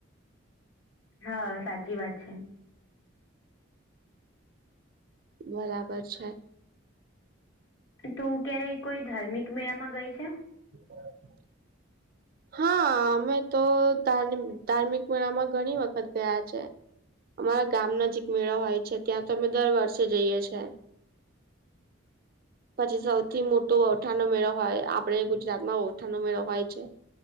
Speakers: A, on the left (about 75°); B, on the right (about 45°).
A: હા સાચી વાત છે.
B: બરાબર છે.
A: તું ક્યારેય કોઈ ધાર્મિક મેળામાં ગઈ છે.
B: બરાબર હા અમે તો ધાર્મિક-ધાર્મિક મેળામાં ઘણી વખત ગયા છે. અમારા ગામ નજીક મેળો હોય છે ત્યાં તો અમે દર વર્ષે જઈએ છે.
A: <inaudible>
B: પછી સૌથી મોટો વૌઠાનો મેળો હોય આપડે ગુજરાતમાં વૌઠાનો મેળો હોય છે.